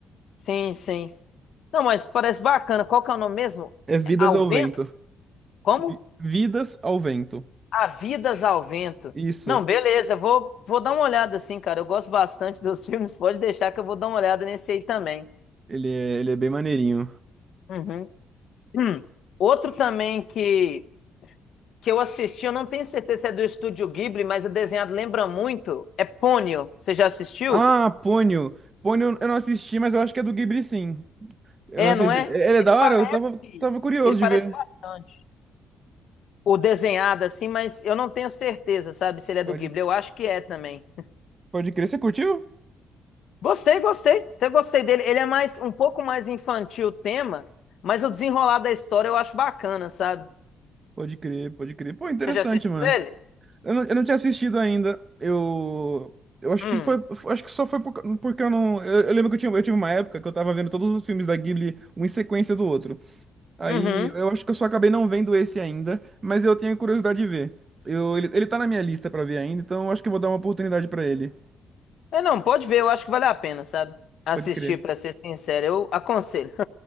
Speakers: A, on the left; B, on the right.
A: Sim, sim. Não, mas parece bacana. Qual que é o nome mesmo?
B: É Vidas
A: Ao
B: ao
A: vento?
B: Vento.
A: Como?
B: Vi- Vidas ao Vento.
A: Há vidas ao vento.
B: Isso.
A: Não, beleza, vou, vou dar uma olhada assim, cara. Eu gosto bastante dos <laughs> filmes, pode deixar que eu vou dar uma olhada nesse aí também.
B: Ele é, ele é bem maneirinho.
A: Uhum. Hum. Outro também que que eu assisti, eu não tenho certeza se é do Estúdio Ghibli, mas o desenhado lembra muito. É Ponyo. Você já assistiu?
B: Ah, Ponyo. Ponyo eu não assisti, mas eu acho que é do Ghibli, sim. Eu
A: É,
B: não assisti.
A: não é?
B: É, Ele é
A: Ele
B: da
A: parece,
B: hora? Eu tava, tava curioso
A: ele parece
B: de ver.
A: bastante. O desenhado assim, mas eu não tenho certeza, sabe, se ele é
B: Pode,
A: do Ghibli. Eu acho que é também.
B: pode crer. Você curtiu?
A: Gostei, gostei. Eu gostei dele. Ele é mais um pouco mais infantil o tema, mas o desenrolar da história eu acho bacana, sabe?
B: Pode crer, pode crer. Pô, interessante,
A: Você já assistiu
B: mano.
A: ele?
B: Eu não, eu não tinha assistido ainda. Eu... Eu acho
A: Hum.
B: que foi... Acho que só foi por, ca- porque eu não... Eu, eu lembro que eu tinha, eu tive uma época que eu tava vendo todos os filmes da Ghibli, um em sequência do outro. Aí
A: Uhum.
B: eu acho que eu só acabei não vendo esse ainda, mas eu tenho curiosidade de ver. Eu, ele, ele tá na minha lista pra ver ainda, então eu acho que eu vou dar uma oportunidade pra ele.
A: É, não, pode ver, eu acho que vale a pena, sabe? Assistir,
B: Pode crer.
A: pra ser sincero, eu aconselho. <laughs>